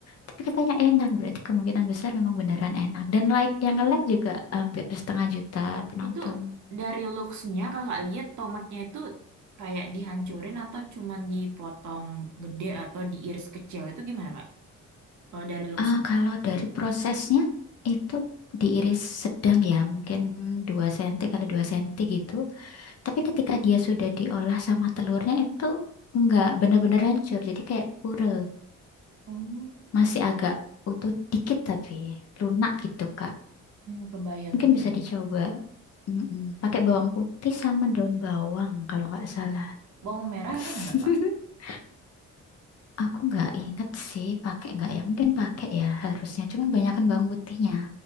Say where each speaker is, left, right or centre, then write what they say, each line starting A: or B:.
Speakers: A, on the left; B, on the right.
A: tapi katanya enak berarti kemungkinan besar memang beneran enak dan like yang nge-like juga hampir setengah juta penonton
B: Itu dari looks-nya kakak lihat tomatnya itu kayak dihancurin atau cuman dipotong gede atau diiris kecil. Itu gimana, Kak? Kalau dari looks-nya.
A: Ah, kalau dari prosesnya itu diiris sedang ya, mungkin 2 senti kali 2 senti gitu. Tapi ketika dia sudah diolah sama telurnya itu nggak benar-benar hancur. Jadi kayak pure,
B: Oh,
A: masih agak utuh dikit tapi lunak gitu, Kak.
B: hmm, kebayang,
A: Mungkin
B: kebayang.
A: bisa dicoba. Mm-mm. Pakai bawang putih sama daun bawang kalau nggak salah.
B: Bawang merah
A: <laughs>
B: ya enggak, Kak?
A: Aku nggak inget sih pakai nggak ya. Mungkin pakai ya harusnya. Cuman banyakan bawang putihnya.